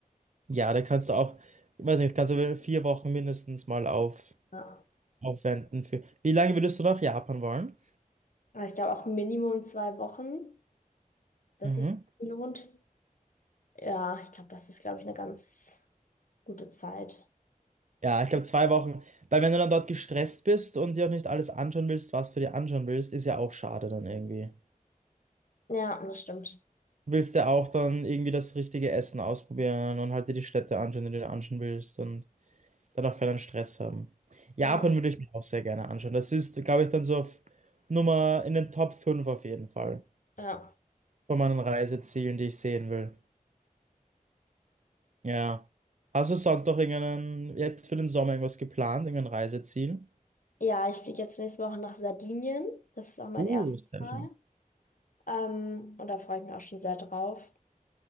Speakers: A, on the right; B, on the left.
A: Ja, da kannst du auch, weiß nicht, kannst du vier Wochen mindestens mal auf,
B: Ja.
A: aufwenden für. Wie lange würdest du nach Japan wollen?
B: Aber ich glaube auch Minimum zwei Wochen, dass
A: Mhm.
B: sich lohnt. Ja, ich glaube, das ist, glaube ich, eine ganz gute Zeit.
A: Ja, ich glaube zwei Wochen. Weil wenn du dann dort gestresst bist und dir auch nicht alles anschauen willst, was du dir anschauen willst, ist ja auch schade dann irgendwie.
B: Ja, das stimmt.
A: Du willst ja auch dann irgendwie das richtige Essen ausprobieren und halt dir die Städte anschauen, die du dir anschauen willst und. dann auch keinen Stress haben. Japan
B: Ja,
A: würde ich mir auch sehr gerne anschauen. Das ist, glaube ich, dann so auf Nummer in den Top 5 auf jeden Fall
B: ja.
A: von meinen Reisezielen, die ich sehen will. Ja. Hast du sonst noch irgendeinen, jetzt für den Sommer irgendwas geplant, irgendein Reiseziel?
B: Ja, ich fliege jetzt nächste Woche nach Sardinien. Das ist auch mein
A: Uh,
B: erstes
A: sehr
B: Mal.
A: schön.
B: Ähm, und da freue ich mich auch schon sehr drauf.